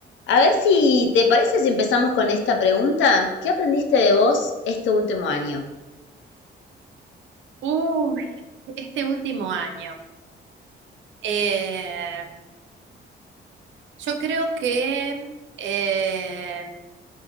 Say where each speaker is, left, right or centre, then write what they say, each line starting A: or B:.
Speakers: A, on the left; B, on the right.
A: A ver si te parece si empezamos con esta pregunta. ¿Qué aprendiste de vos este último año?
B: Uy, este último año. Eh, yo creo que eh,